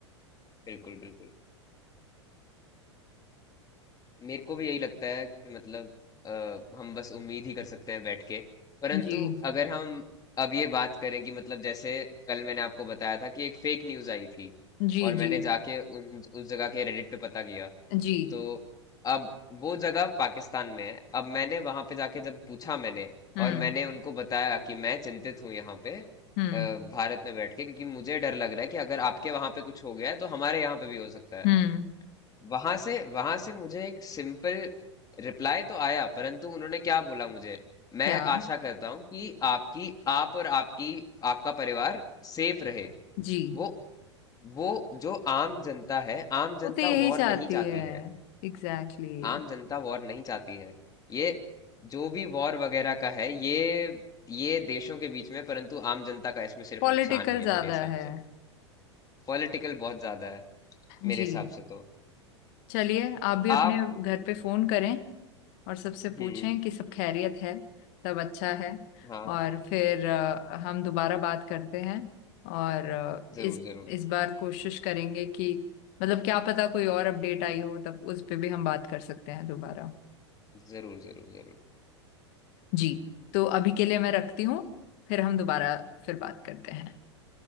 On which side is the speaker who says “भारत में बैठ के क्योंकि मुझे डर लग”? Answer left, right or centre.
Left